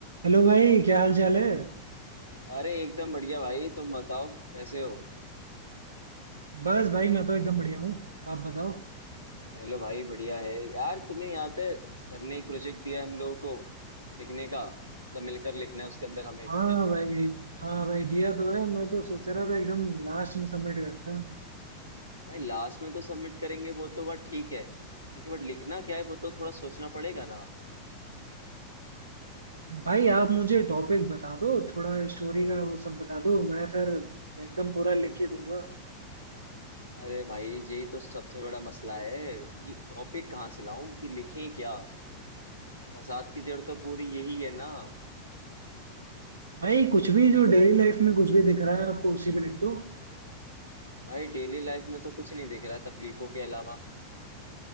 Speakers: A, on the right; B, on the left.
A: Hello भाई क्या हाल चाल है
B: अरे एकदम बढ़िया भाई तुम बताओ कैसे हो
A: बस भाई मैं तो एकदम बढ़िया हूँ आप बताओ
B: चलो भाई बढ़िया है यार तुम्हें याद है सर ने एक प्रोजेक्ट दिया हम लोगों को लिखने का मतलब मिलकर लिखना है उसके अंदर हमें
A: हाँ भाई हाँ भाई दिया तो है मैं तो सोच रहा था एकदम लास्ट में सबमिट करता
B: भाई लास्ट में तो सबमिट करेंगे वो तो बात ठीक है ठीक है बट लिखना क्या है वो तो थोड़ा सोचना पड़ेगा ना
A: भाई आप मुझे टॉपिक बता दो थोड़ा स्टोरी का वो सब बता दो मैं फिर एकदम पूरा लिख ही दूंगा
B: अरे भाई यही तो सबसे बड़ा मसला है कि टॉपिक कहाँ से लाऊं कि लिखें क्या फसाद की जड़ तो पूरी यही है ना
A: भाई कुछ भी जो डेली लाइफ में कुछ भी दिख रहा है आपको उसी पे लिख दो
B: भाई डेली लाइफ में तो कुछ नहीं दिख रहा तकलीफों के अलावा